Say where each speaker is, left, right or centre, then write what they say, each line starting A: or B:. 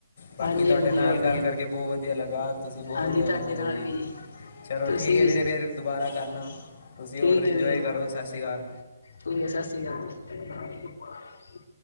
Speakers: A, on the left; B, on the left.
A: ਬਾਕੀ
B: ਹਾਂਜੀ
A: ਤੁਹਾਡੇ
B: ਹਾਂਜੀ
A: ਨਾਲ
B: ਉਹ
A: ਗੱਲ ਕਰਕੇ ਬੋਤ ਵਧੀਆ ਲੱਗਾ। ਤੁਸੀਂ ਬਹੁਤ
B: ਹਾਂਜੀ,
A: ਵਧੀਆ
B: ਤੁਹਾਡੇ
A: ਬੰਦੇ
B: ਨਾਲ
A: ਹੋ
B: ਵੀ ਜੀ।
A: ਚਲੋ
B: ਤੁਸੀਂ
A: ਠੀਕ ਹੈ
B: ਵੀ
A: ਵੀਰੇ ਫੇਿਰ ਦੁਬਾਰਾ ਕਰਨਾ ਤੁਸੀਂ
B: ਠੀਕ
A: ਔਡਰ ਇੰਜੋਏ
B: ਹੈ ਵੀਰ
A: ਕਰੋ, ਸਤਿ ਸ਼੍ਰੀ ਅਕਾਲ।
B: ਠੀਕ ਹੈ ਸਤਿ ਸ੍ਰੀ ਅਕਾਲ ਜੀ